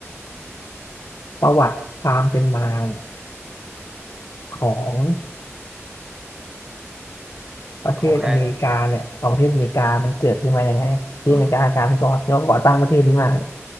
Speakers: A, on the left (about 80°); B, on the right (about 15°).
A: ประวัติความเป็นมาเนี่ยของประเทศอเมริกาเนี่ยของประเทศอเมริกามันเกิดขึ้นมายังไงที่อเมริกาการก่อที่เขาก่อตั้งประเทศนี้มาเนี่ย
B: ของใคร <gasps>